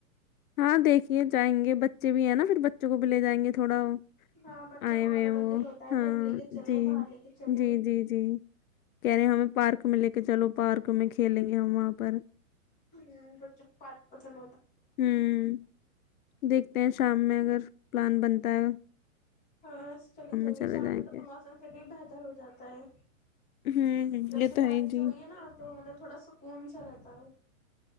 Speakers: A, on the left; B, on the left.
A: ہاں دیکھیے جائیں گے بچے بھی ہیں نا پھر بچوں کو بھی لے جائیں گے تھوڑا وہ
B: ہاں بچوں
A: آئے
B: کو
A: ہوئے
B: اور
A: ہیں
B: زیادہ دل ہوتا ہے
A: ہاں
B: کہیں لے کے چلیں
A: جی
B: باہر لے کے چلیں
A: جی جی جی کہہ رہے ہیں ہمیں پارک میں لے کے چلو پارک میں کھیلیں گے ہم وہاں پر
B: ہ بچوں پات پچ ن
A: ہوں دیکھتے ہیں شام میں اگر پلان بنتا ہے
B: ہاں چلی جائیے
A: چلے
B: شام
A: جائیں
B: میں تو
A: گے
B: موسم چلیے بہت بہتر ہو جاتا ہے
A: ہوں ہ
B: جب
A: یہ
B: سے
A: تو ہے
B: بارش
A: جی
B: ہوئی نا تو مطلب تھوڑا سکون سا رہتا ہے